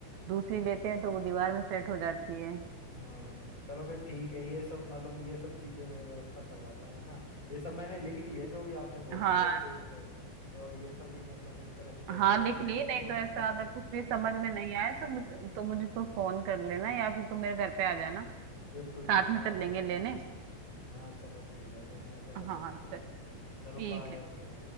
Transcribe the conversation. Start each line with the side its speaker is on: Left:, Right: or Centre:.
Right: दूसरी लेते हैं तो वो दीवार में सेट हो जाती है
Left: हाँ चलो फिर ठीक है ये सब मतलब ये सब चीजें मैं व्यवस्था करवाता हूँ है ना ये सब मैंने लिख ली है जो भी आपने बोला
Right: हाँ
Left: ना एक पेज पे तो अब ये सब ही मतलब इस तरह से डेकोरेट
Right: हाँ लिख
Left: करवाऊंगा
Right: ली नहीं
Left: बहुत
Right: तो
Left: अच्छा
Right: ऐसा
Left: लगेगा
Right: अगर कुछ भी समझ में नहीं आए तो मुझे तो मुझको फोन कर लेना या फिर तुम मेरे घर पे आ जाना
Left: बिल्कुल बिल्कुल
Right: साथ में चल
Left: आपसे
Right: लेंगे
Left: पूछ
Right: लेने
Left: लूंगा हाँ चलो ठीक है फिर ऐसा कर लेंगे
Right: हाँ चल ठीक
Left: चलो बाय
Right: है
Left: ओके